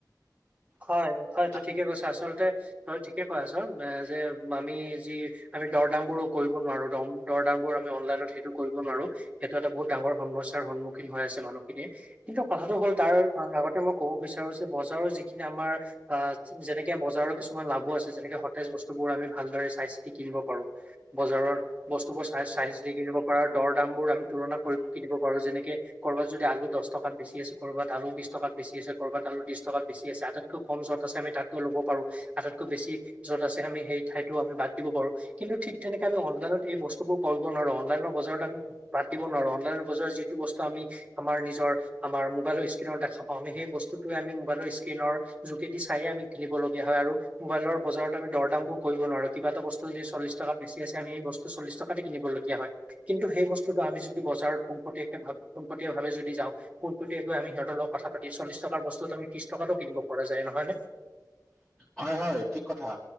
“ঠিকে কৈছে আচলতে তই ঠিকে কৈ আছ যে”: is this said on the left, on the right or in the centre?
Right